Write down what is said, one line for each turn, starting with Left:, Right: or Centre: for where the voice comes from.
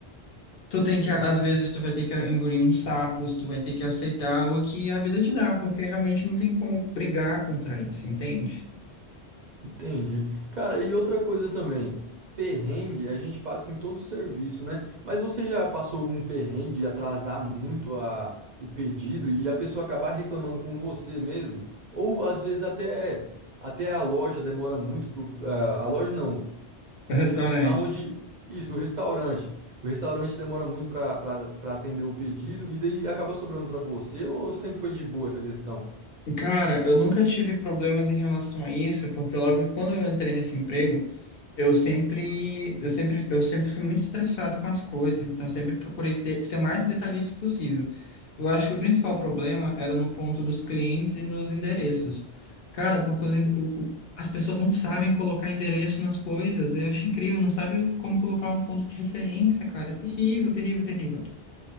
Left: tu tem que, às vezes, tu vai ter que engolir uns sapos, tu vai ter que aceitar o que a vida te dá, porque realmente não tem como brigar contra isso, entende?
Right: Entendi. Cara, e outra coisa também, perrengue a gente passa em todo o serviço, né? Mas você já passou algum perrengue de atrasar muito a, o pedido e a pessoa acabar reclamando com você mesmo? Ou às vezes até, até a loja demora muito pro, ah, a loja não,
Left: O restaurante.
Right: aonde, isso, o restaurante. O restaurante demora muito para para atender o pedido e daí acaba sobrando para você ou sempre foi de boa essa questão?
Left: Cara, eu nunca tive problemas em relação a isso, porque logo quando eu entrei nesse emprego, Eu sempre, eu sempre, eu sempre fui muito estressado com as coisas, então eu sempre procurei ter, ser o mais detalhista possível. Eu acho que o principal problema era no ponto dos clientes e nos endereços. Cara, porque os, ende- o- o- as pessoas não sabem colocar endereço nas coisas. Eu acho incrível, não sabe o- como colocar um ponto de referência, cara. É terrível, terrível, terrível.